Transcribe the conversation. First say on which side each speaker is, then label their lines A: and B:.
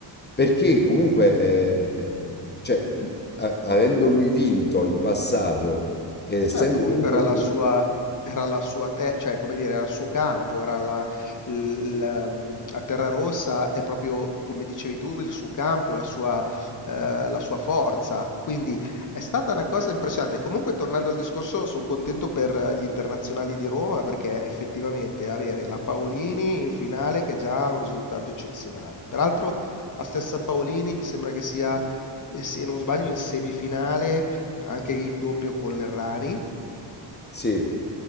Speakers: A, on the left; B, on the left.
A: perché comunque, eh, cioè, a- avendo lui vinto in passato, e essendo
B: Certo, comunque
A: comunque
B: era
A: uno...
B: la sua, era la sua te- cioè, come dire, era il suo campo, era la, il- ehm, la terra rossa è proprio, come dicevi tu, il suo campo, la sua, eh, la sua forza. Quindi è stata una cosa impressionante. Comunque, tornando al discorso, sono contento per eh, gli internazionali di Roma perché effettivamente avere la Paolini in finale che è già un risultato eccezionale. Peraltro, la stessa Paolini mi sembra che sia, eh, se non sbaglio, in semifinale anche in doppio con l'Errani
A: Sì.